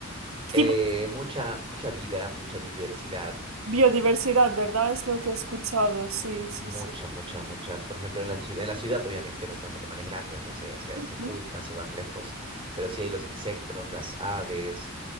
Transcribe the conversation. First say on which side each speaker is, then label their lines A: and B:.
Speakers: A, on the right; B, on the right.
A: Tipo
B: Eh, mucha mucha vida, mucha diversidad.
A: biodiversidad, ¿verdad? Es lo que he escuchado. Sí,
B: Mucha,
A: sí, sí.
B: mucha, mucha. Por ejemplo, en la ciudad, en la ciudad obviamente no están los animales grandes, ¿no? Se, se,
A: Ujú.
B: se ocultan, se van lejos, pero sí hay los insectos, las aves,